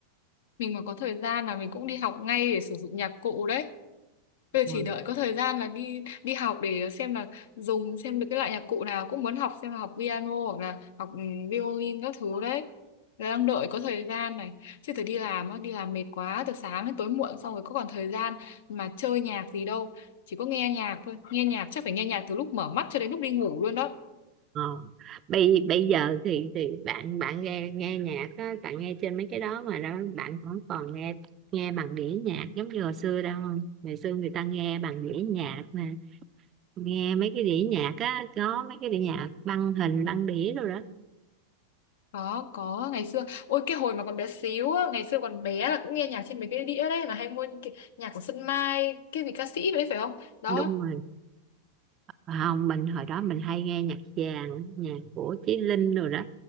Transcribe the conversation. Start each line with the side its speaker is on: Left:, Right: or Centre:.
Left: mình mà có thời gian là mình cũng đi học ngay để sử dụng nhạc cụ đấy. Bây
Right: ừ.
Left: giờ chỉ đợi có thời gian là đi đi học để xem là dùng xem được cái loại nhạc cụ nào cũng muốn học xem là học piano hoặc là học ừ, violin các thứ đấy. Là đang đợi có thời gian này. Chứ phải đi làm á, đi làm mệt quá từ sáng đến tối muộn xong rồi có còn thời gian mà chơi nhạc gì đâu. Chỉ có nghe nhạc thôi. Nghe nhạc chắc phải nghe nhạc từ lúc mở mắt cho đến lúc đi ngủ luôn đó.
Right: ờ. bây bây giờ thì thì bạn bạn nghe nghe nhạc á, bạn nghe trên mấy cái đó mà đó bạn còn còn nghe nghe bằng đĩa nhạc giống như hồi xưa đâu không ngày xưa người ta nghe bằng đĩa nhạc nè nghe mấy cái đĩa nhạc á có mấy cái đĩa nhạc băng hình băng đĩa rồi đó
Left: có có ngày xưa ôi cái hồi mà còn bé xíu á ngày xưa còn bé là cũng nghe nhạc trên mấy cái đĩa đấy là hay mua cái, nhạc của Xuân Mai cái gì ca sĩ đấy phải không đó
Right: đúng rồi không mình hồi đó mình hay nghe nhạc vàng nhạc của Chí Linh rồi đó